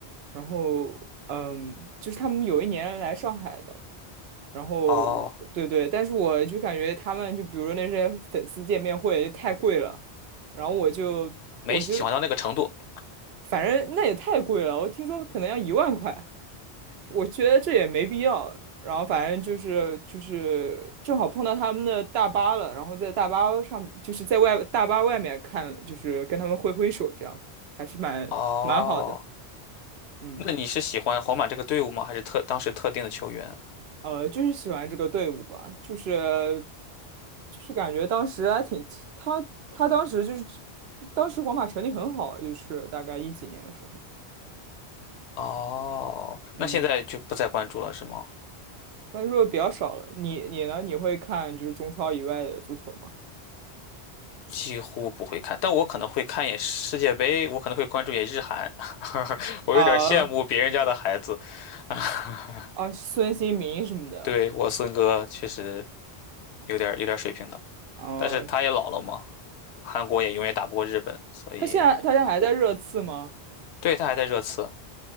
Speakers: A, on the right; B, on the left.
A: 然后嗯，就是他们有一年来上海的，然后对对，
B: 哦，
A: 但是我就感觉他们就比如说那些粉丝见面会就太贵了，然后我就我就
B: 没喜欢到那个程度。
A: 反正那也太贵了，我听说可能要一万块。我觉得这也没必要。然后反正就是就是正好碰到他们的大巴了，然后在大巴上就是在外大巴外面看，就是跟他们挥挥手，这样还是蛮蛮好的。
B: 哦。
A: 嗯，
B: 那你是喜欢皇马这个队伍吗？还是特当时特定的球员？
A: 呃，就是喜欢这个队伍吧，就是就是感觉当时还挺他他当时就是当时皇马成绩很好，就是大概一几年的时候，
B: 哦，
A: 嗯，
B: 那现在就不再关注了是吗？
A: 关注的比较少了。你你呢？你会看就是中超以外的足球吗？
B: 几乎不会看，但我可能会看一眼世界杯，我可能会关注一眼日韩。<laughs> 我有点羡慕别人家的孩子，
A: 啊、
B: <laughs>
A: 啊，孙兴民什么的。
B: 对，我孙哥确实有点有点水平的，
A: 哦、
B: 但是他也老了嘛，韩国也永远打不过日本，所以
A: 他现在他现在还在热刺吗？
B: 对他还在热刺，